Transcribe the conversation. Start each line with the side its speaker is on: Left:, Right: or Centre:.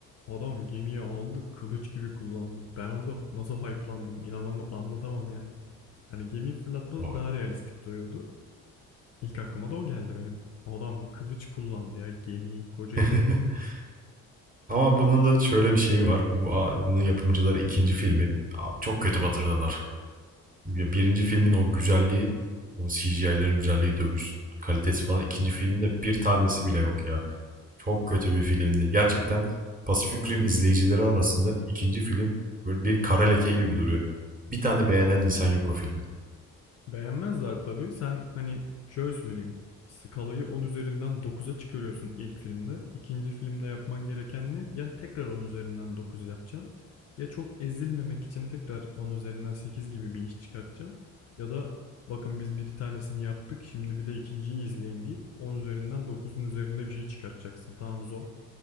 Left: Adam gemiyi aldı, kılıç gibi kullandı. Ben orada nasıl hype'landım inanamam anlatamam yani. Yani gemiyi fırlatması
Right: O-
Left: daha realistik duruyordu. İlk aklıma da o geldi benim. Adam kılıç kullandı ya gemiyi, koca
Right: <laughs>
Left: gemiyi.
Right: Ama bunun da şöyle bir şeyi var. Bu, a- bunun yapımcıları ikinci filmi abi çok kötü batırdılar. Ya birinci filmin o güzelliği, o CGI'lerin güzelliği, dövüş kalitesi falan ikinci filmde bir tanesi bile yok ya. Çok kötü bir filmdi. Gerçekten Pacific Rim izleyicileri arasında ikinci film böyle bir kara leke gibi duruyor. Bir tane beğenen insan yok o filmi.
Left: Beğenmezler tabii. Sen hani şöyle söyleyeyim. Skalayı 10 üzerinden dokuza çıkarıyorsun ilk filmde. İkinci filmde yapman gereken ne? Yani tekrar 10 üzerinden 9 yapacaksın. Ya çok ezilmemek için tekrar 10 üzerinden 8 gibi bir iş çıkartacaksın. Ya da bakın biz bir tanesini yaptık şimdi bir de ikinciyi izleyin deyip 10 üzerinden dokuzun üzerinde bir şey çıkartacaksın. Tamam zor.